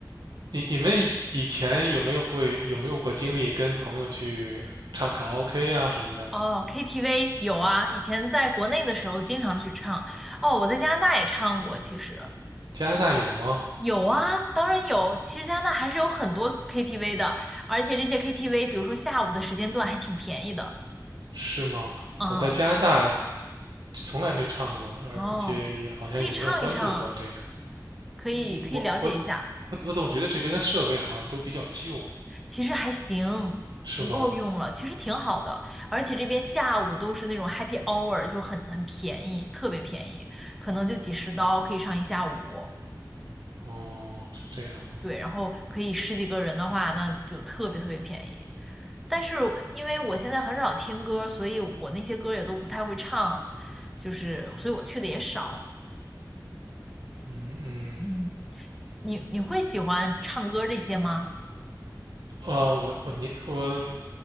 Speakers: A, on the right; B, in the centre.
A: 你你们以以前有没有会有没有过经历跟朋友去唱卡拉 OK 啊什么的？
B: 哦，KTV 有啊，以前在国内的时候经常去唱。哦，我在加拿大也唱过，其实。
A: 加拿大有吗？
B: 有啊，当然有。其实加拿大还是有很多 KTV 的，而且这些 KTV，比如说下午的时间段还挺便宜的。
A: 是吗？
B: 嗯，
A: 我在加拿大从来没唱过，而而且也好像也没有关注过这个。
B: 哦，可以唱一唱啊，可以可以了解一下，
A: 嗯，我我我我总觉得这边的设备好像都比较旧，
B: 其实还行，
A: 是吗？
B: 足够用了，其实挺好的。而且这边下午都是那种 happy hour，就很很便宜，特别便宜，可能就几十刀可以唱一下午。
A: 哦，是这样啊。
B: 对，然后可以十几个人的话，那就特别特别便宜。但是因为我现在很少听歌，所以我那些歌也都不太会唱，就是所以我去的也少。
A: 嗯嗯，
B: 嗯，你你会喜欢唱歌这些吗？
A: 呃，我我年我